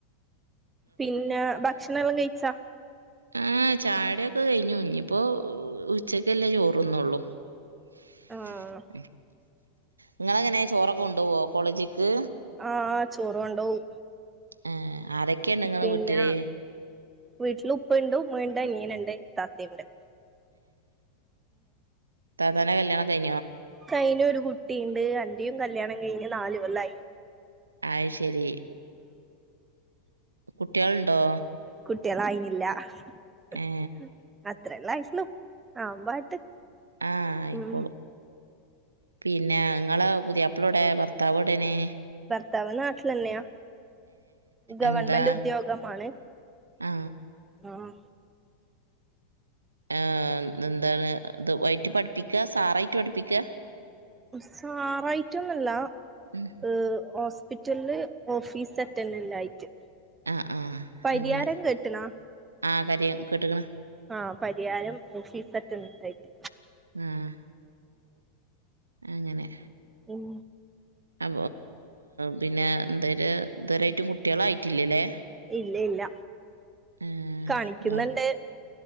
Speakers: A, on the right (about 15°); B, on the right (about 75°).
A: പിന്നെ ഭക്ഷണ എല്ലാം കഴിച്ചാ
B: ആഹ് ചായ കുടിയൊക്കെ കഴിഞ്ഞു ഇഞ്ഞിയിപ്പോ ഉച്ചക്കല്ലേ ചോറന്നുള്ളൂ <inaudible>
A: ആഹ്
B: ഉം നിങ്ങള എങ്ങനെയെ ചോറൊക്കെ ഉണ്ട് കോണ്ടോവോ കോളേജിക്ക്
A: ആഹ് ആഹ് ചോറ് കൊണ്ടോവും
B: ഏ ആരൊക്കെയുണ്ട് നിങ്ങളെ
A: പിന്നെ
B: വീട്ടില്
A: വീട്ടില് ഉപ്പാണ്ട് ഉമ്മ ഉണ്ട് അനിയനുണ്ട് ഇത്താത്തയുണ്ട്
B: ഇത്താത്തടെ കല്യാണം കഴി
A: കൈയിൽ ഒരു കുട്ടി കുട്ടീണ്ട് അന്റെയും കല്യാണം കഴിഞ്ഞ് നാല്കൊല്ലായി
B: ആയിഷ് ശരി കുട്ടികളുണ്ടോ
A: കുട്ടികളായില്ല <unintelligible>
B: ഏ
A: ഇത്രല്ലേ ആയിട്ടുള്ളൂ ആ വായിട്ട്
B: ആ ആയിക്കോളും
A: ഉം
B: പിന്നെ നിങ്ങള് പുതിയപ്പിളെവിടെ ഭർത്താവ് ഉടനെ
A: ഭർത്താവ് നാട്ടിൽ തന്നെയാ ഗവൺമെന്റ്
B: എന്താ
A: ഉദ്യോഗമാണ്
B: ആ
A: ആഹ്
B: ആഹ് എന്താണ് ഇത് <unintelligible> പഠിപ്പിക്ക സാറായിട്ട് പഠിപ്പിക്ക
A: സാറായിട്ടൊന്നല്ല ഹോസ്പിറ്റ
B: ഉം
A: ഹോസ്പിറ്റലിൽ ഓഫീസ് അറ്റൻഡന്റ് ആയിട്ട്
B: ആ ആ
A: പരിയാരം
B: അങ്ങനെ
A: കേട്ടണാ
B: ആ കാര്യം കെട്ടേക്കണ്
A: ആഹ് പരിയാരം ഓഫീസ് അറ്റൻഡൻ്റയിട്ട്
B: ആഹ് അങ്ങനെ
A: ഉം
B: അ പിന്നെ എന്തായിര് ഇതുവരായിട്ടും കുട്ടികളായിട്ടില്ലല്ലേ
A: ഇല്ല ഇല്ല
B: ആഹ്
A: കാണിക്കുന്നുണ്ട്
B: നോ